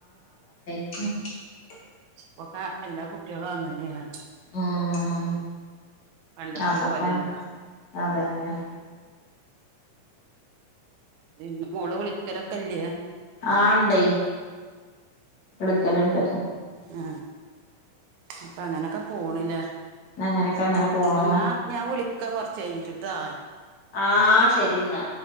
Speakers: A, on the left; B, on the right.
A: ആ
B: ഇപ്പൊക്കെ എല്ലാ കുട്ടികളും അങ്ങ്നെണ്
A: ഉം
B: പണ്ടത്തെ
A: അന്നക്കെ
B: പോലെല്ല
A: അതന്നെ
B: പി മോള വിളിക്കലൊക്കല്ലേ
A: ആ ണ്ടേയ് വിളിക്കലുണ്ട്
B: ആ അപ്പ അങ്ങനൊക്കെ പോണില്ലേ
A: അങ്ങനെയൊക്കെ അങ്ങനെ പോണു
B: എന്നാ ഞാൻ വിളിക്ക കുറച്ച് കഴിഞ്ഞിട്ടിട്ടാ
A: ആ ശരി ന്നാ